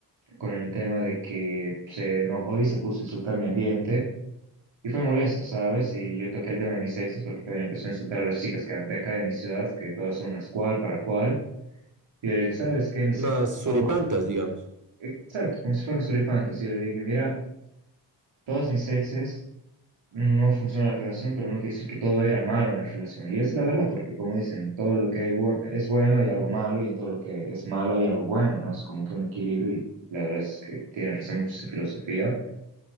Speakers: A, on the right (about 80°); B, on the right (about 40°).
A: con el tema de que se enojó y se puso a insultar mi ambiente y fue molesto, ¿sabes? Y yo toqué el tema de mis exes porque también empezó a insultar a las chicas que- de acá de mi ciudad, que todas son unas cual para cual. Y yo le dije, ¿sabes qué? Mis
B: Unas
A: exes,
B: suripantas,
A: son
B: digamos.
A: exacto, como si fueran suripantas. Y yo le dije, mira, todas mis exes no funciona la relación, pero no quiere decir que todo era malo en la relación. Y es la verdad, porque como dicen, todo lo que hay bu- es bueno hay algo malo, y en todo lo que es malo hay algo bueno, ¿no? Es como que un equilibrio, y la verdad es que tiene razón mucho esa filosofía.